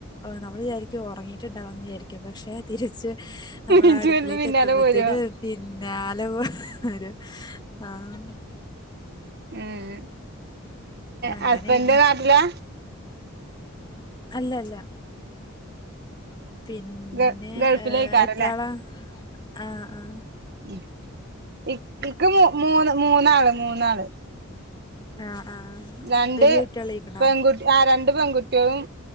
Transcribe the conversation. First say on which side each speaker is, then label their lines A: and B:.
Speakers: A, on the left; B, on the right.
A: നമ്മള് വിചാരിക്കും ഉറങ്ങിട്ടുണ്ടാവുന്ന് വിചാരിക്കും പഷേ തിരിച്ച് നമ്മള്
B: ഇജ്ജ്
A: അടുക്കളേക്ക്
B: വരുമ്പോ പിന്നാലെ
A: എത്തുമ്പത്തേന്
B: പോരോ
A: പിന്നാലെ വരും ആഹ്
B: ഉം
A: അങ്ങനെയാണ്
B: ഹസ്ബന്റ് നാട്ടിലാ
A: അല്ല അല്ല പിന്നെ
B: ഗ ഗൾഫിലേക്കാരല്ലേ
A: ഏ എത്ര ആളാ ആ ആ
B: ഇ ഇക്ക് ക്ക് മൂന്ന് മൂന്നാള് മൂന്നാള്
A: ആഹ് ആഹ്
B: രണ്ട്
A: വല്യ കുട്ടികളായിക്കണോ
B: പെൺകുട്ടി ആ രണ്ട് പെൺകുട്ടികളും